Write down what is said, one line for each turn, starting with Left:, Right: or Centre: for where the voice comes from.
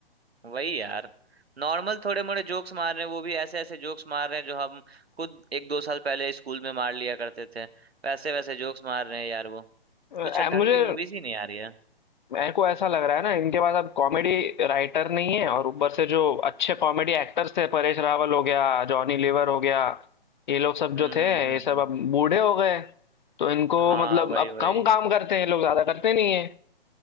Right: वही यार नॉर्मल थोड़े मोड़े जोक्स मार रहे हैं वो भी ऐसे ऐसे जोक्स मार रहे हैं जो हम खुद एक दो साल पहले स्कूल में मार लिया करते थे वैसे वैसे जोक्स मार रहे हैं यार वो
Left: अ,
Right: कुछ ढंग
Left: मुझे
Right: की मूवीज ही नहीं आ रही है
Left: मेरे को ऐसा लग रहा है ना इनके पास अब कॉमेडी राइटर नहीं है और ऊपर से जो अच्छे कॉमेडी एक्टर्स थे परेश रावल हो गया जॉनी लीवर हो गया ये लोग सब
Right: हम्म
Left: जो थे
Right: हम्म हम्म
Left: ये सब
Right: हम्म।
Left: अब बूढ़े हो गए तो इनको
Right: हाँ
Left: मतलब
Right: वही
Left: अब
Right: वही
Left: कम काम करते हैं ये लोग ज्यादा करते नहीं है